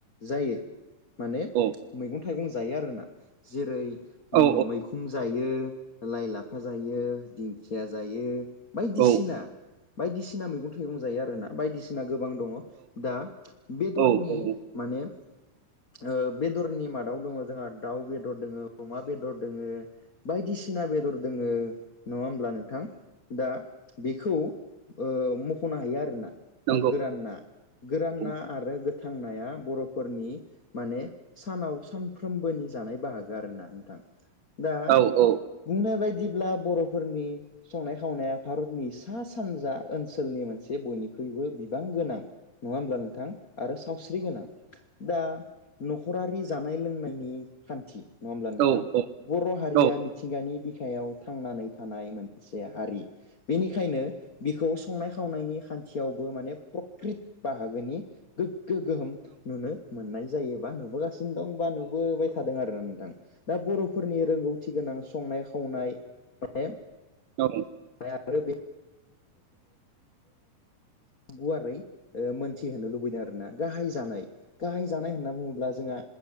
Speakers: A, on the left; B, on the right.
A: जायो माने
B: औ
A: मैगं थाइगं जायो आरोना जेरै
B: औ
A: मैखुन जायो लायलाफ फाजायो दिंखि <unintelligible> जायो बायदिसिना
B: औ
A: बायदिसिना मैगं थाइगं जायो आरोना बायदिसि ना गोब बां दङ। दा बेदरनि
B: औ औ औ
A: माने ओ बेदरनि मादाव दङ जोंहा दाउ बेदर दङ अमा बेदर दोङो बायदिसिना बेदर दोङो नङा होम्ला नों थां दा बेखौ ओ मखनो हायो आरोना
B: नंगौ
A: दा गोरान ना गोरान ना
B: औ
A: आरो गो थां नाया बर'फोरनि माने सानाव सानफ्रोमबोनि जानाय बाहागो आरो ना नोंथां दा
B: औ औ
A: बुंनाय बायदिब्ला बर'फोरनि संनाय खावनाया भारतनि सा सानजा ओनसोलनि मोनसे बयनिख्रुइबो बिबां गोनां नङा होमब्ला नोंथां? आरो सावस्रि गोनां दा न'खरारि जानाय लोंनायनि खान्थि नङा होमब्ला नोंथां?
B: औ
A: बर हारिया
B: औ-औ-औ-औ-औ-औ-औ-औ-औ-औ-औ-औ-औ-औ-औ-औ-औ-औ-औ-औ-औ औ
A: मिथिंगानि बिखायाव थांनानै थानाय मोनसे हारि बेनिखायनो बिखौ संनाय खावनायनि खान्थियावबो माने प्रकृत बाहागोनि गो गो गोहोम नुनो मोननाय जायोबा नुबोगासिनो दं बा नुबोबाय थादों आरो दा बर' फोरनि रोंगौथि गोनां संनाय खावनाय माने
B: औ
A: <unintelligible> गुवारै ओ मोन थि होनो लुबैदों आरोना गाहाय जानाय गाहाय जानाय होनना बुङोब्ला जोंहा